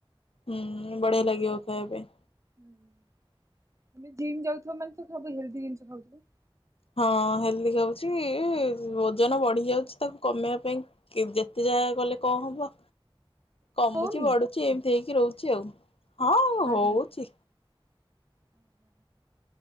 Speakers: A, on the left; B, on the right.
A: ହୁଁ ବଢିଆ ଲାଗିବ ଖାଇବା ପାଇଁ।
B: ହୁଁ ତମେ ଜିମ୍ ଯାଉଥିବ ମାନେ ତ ସବୁ ହେଲଦି ଜିନିଷ ଖାଉଥିବ।
A: ହଁ ହେଲ୍ଦି ଖାଉଚି। ଓଜନ ବଢି ଯାଉଚି ତାକୁ କମେଇବା ପାଇଁ କି ଯେତେ ଯାହା କଲେ କଣ ହବ? କମୁଚି
B: ହଉନି
A: ବଢୁଚି ଏମିତି ହେଇକି ରହୁଚି ଆଉ। ହଁ
B: ମାଲି
A: ହଉଛି
B: ଓ ହୋ।